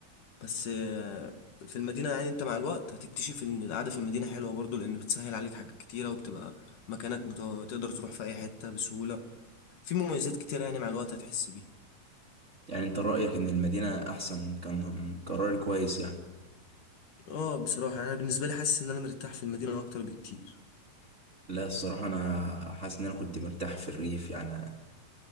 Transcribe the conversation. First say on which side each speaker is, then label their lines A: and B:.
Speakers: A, on the left (about 65°); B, on the right (about 25°).
A: بس آه، في المدينه يعني انت مع الوقت هتكتشف ان القعده في المدينه حلوه برضو لان بتسهل عليك حاجات كتيره وبتبقى مكانك مت... تقدر تروح في اي حته بسهوله في مميزات كتيره يعني مع الوقت هتحس بيها
B: يعني انت رايك ان المدينه احسن كان قراري كويس يعني
A: اه بصراحه يعني انا بالنسبه لي حاسس ان انا مرتاح في المدينه اكتر بكتير
B: لا الصراحه انا حاسس ان انا كنت مرتاح في الريف يعني